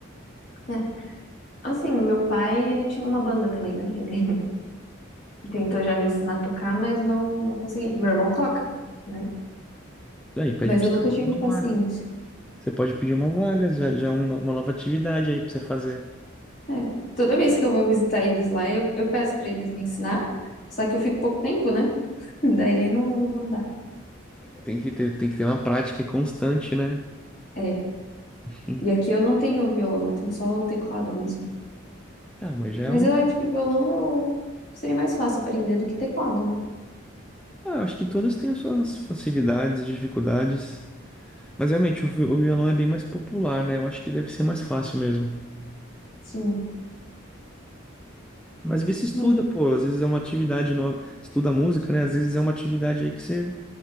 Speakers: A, on the left; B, in the centre.
A: É. Assim, meu pai, ele tinha uma banda também, né? Ele <laughs> tentou já me ensinar a tocar, mas não, não consegui. Meu irmão toca, né?
B: aí pede
A: Mas
B: pra
A: eu
B: você
A: nunca
B: uma
A: tive
B: vaga.
A: paciência.
B: Você pode pedir uma vaga, já, já é uma, uma nova atividade aí pra você fazer.
A: É. Toda vez que eu vou visitar eles lá, eu, eu peço pra eles me ensinar, só que eu fico pouco tempo, né? <laughs> Daí não, não dá.
B: Tem que ter, tem que ter uma prática constante, né? <laughs>
A: É.
B: Hum.
A: E aqui eu não tenho violão, eu tenho só o teclado mesmo.
B: Tá, mas já é
A: Mas
B: um.
A: eu acho que violão eu seria mais fácil aprender do que teclado, né?
B: Ah, acho que todas têm as suas facilidades e dificuldades. Mas realmente, o vi- o violão é bem mais popular, né? Eu acho que deve ser mais fácil mesmo.
A: Sim.
B: Mas vê se estuda,
A: Mas
B: pô. Às vezes é uma atividade nova. Estuda música, né? Às vezes é uma atividade aí que você,